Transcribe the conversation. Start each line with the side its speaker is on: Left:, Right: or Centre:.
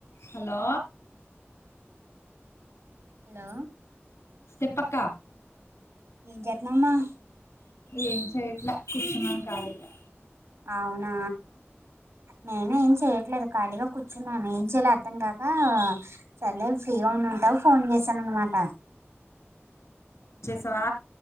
Left: Hello
Right: hello
Left: చేప్పక్క
Right: ఏం జెత్న్నవమ్మ
Left: ఏం చెయట్లా కూర్చున్నాం కాలిగా
Right: అవునా నేను ఏం చేయట్లేదు ఖాళీగా కూర్చున్నాను ఏం చేయ్యలే అర్థం కాక సర్లే ఫ్రీగా ఉన్నా టవ్ ఫోన్ చేశాననమాట
Left: తవా